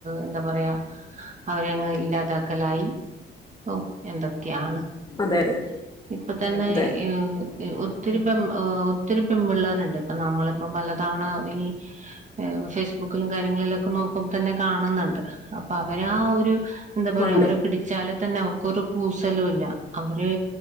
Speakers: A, on the right; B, on the left.
A: എന്താ പറയാ അവരെങ്ങ് ഇല്ലാതാക്കലായി. ഓ എന്തൊക്കെയാണ്
B: <unintelligible>
A: ഇപ്പൊ തന്നെ
B: അതെ
A: ഈ ഒത്തിരി പെ ഒത്തിരി പെമ്പിള്ളേരിണ്ട്. ഇപ്പൊ നമ്മളിപ്പോ പലതവണ ഈ ഫേസ്ബുക്കിലും കാര്യങ്ങളിലൊക്കെ നോക്കുമ്പ തന്നെ കാണുന്നണ്ട്. അപ്പൊ അവരാ ആ ഒരു എന്താ പറയാ
B: ഉണ്ട്
A: അവര് പിടിച്ചാല് തന്നെ അവർക്കൊരു കൂസലു ഇല്ല. അവര്